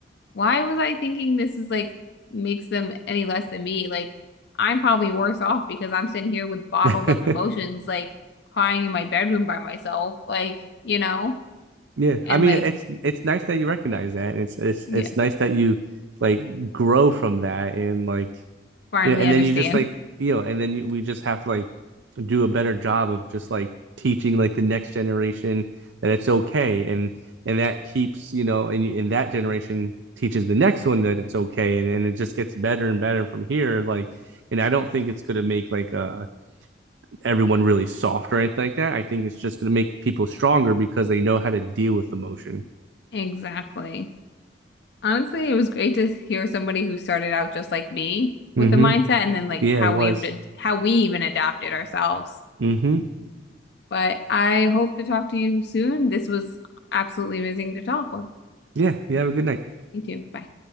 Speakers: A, on the left (about 65°); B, on the right (about 85°).
A: why was I thinking this is like makes them any less than me? Like I'm probably worse off because I'm sitting here with bottled
B: <laughs>
A: up emotions, like crying in my bedroom by myself, like, you know,
B: Yeah,
A: and
B: I mean
A: like,
B: it's it's nice that you recognize that, and it's it's
A: yeah,
B: it's nice that you like grow from that, and like
A: finally
B: you know, and
A: understand.
B: then you just like you know, and then you, we just have to like do a better job of just like teaching like the next generation that it's okay, and and that keeps you know, and and that generation teaches the next one that it's okay, and and it just gets better and better from here, like. And I don't think it's going to make like uh, everyone really soft or anything like that. I think it's just going to make people stronger because they know how to deal with emotion.
A: Exactly. Honestly, it was great to hear somebody who started out just like me with
B: Mm-hmm.
A: the mindset and then like
B: Yeah,
A: how
B: it was.
A: we have to, how we even adapted ourselves.
B: hmm
A: But I hope to talk to you soon. This was absolutely amazing to talk with.
B: Yeah, you have a good night.
A: You too. Bye.